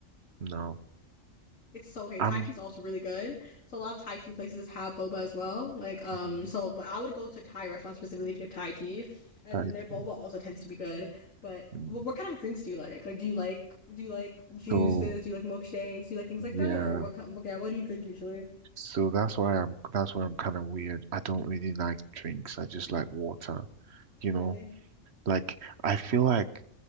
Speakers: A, on the right; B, on the left.
A: no,
B: It's so okay.
A: I'm
B: Thai tea is also really good. So a lot of Thai tea places have boba as well. Like um
A: mm,
B: so but I would go to a Thai restaurant specifically to get Thai tea. And
A: Thai
B: then their
A: tea.
B: boba also tends to be good. But
A: Mm.
B: what, what kind of drinks do you like? Like do you like do you like juices?
A: So
B: Do you like milkshakes? Do you like things like
A: yeah,
B: that? Or what kind, okay, what do you drink usually?
A: so that's why I'm that's why I'm kind of weird. I don't really like drinks. I just like water, you know.
B: Really?
A: Like, I feel like